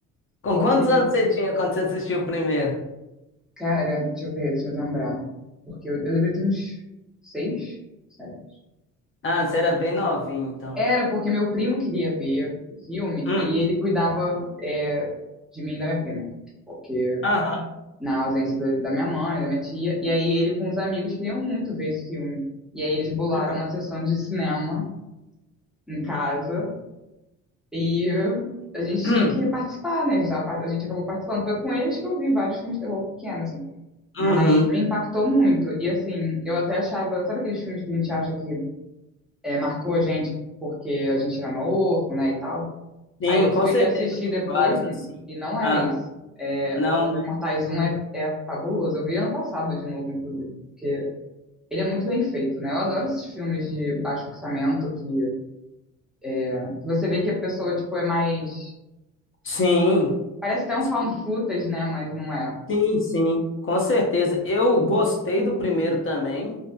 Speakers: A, on the left; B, in the centre.
A: Com
B: Porque,
A: quantos anos você tinha quando você assistiu o primeiro?
B: cara, deixa eu ver, deixa eu lembrar. Porque eu, eu deveria ter uns seis, sete.
A: Ah, você era bem novinho, então.
B: Era porque meu primo queria ver o filme
A: Hum,
B: e ele cuidava eh, de mim e da minha prima. Porque
A: aham,
B: na ausência da da minha mãe, da minha tia. E aí ele com os amigos queriam muito ver esse filme. E aí eles bolaram
A: uhum,
B: uma sessão de cinema em casa e a gente
A: uhum.
B: tinha que participar, né? A gente, tava par- a gente acabou participando. Foi com eles que eu vi vários filmes de terror pequeno, assim. Mas
A: uhum.
B: me impactou muito. E assim, eu até achava, sabe aqueles filmes que a gente acha que é, marcou a gente porque a gente era novo, né, e tal?
A: Sim,
B: Aí eu
A: com
B: fui
A: certeza
B: assistir
A: tem
B: depois
A: vários assim.
B: e não é
A: Ah,
B: isso. É,
A: não,
B: o Jogos
A: né?
B: Mortais 1 é, é fabuloso. Eu vi ano passado de novo, inclusive, porque ele é muito bem feito, né? Eu adoro esses filmes de baixo orçamento que é, que você vê que a pessoa, tipo, é mais
A: Sim.
B: Parece até um
A: Sim,
B: found footage, né? Mas não é.
A: sim, sim, com certeza. Eu gostei do primeiro também.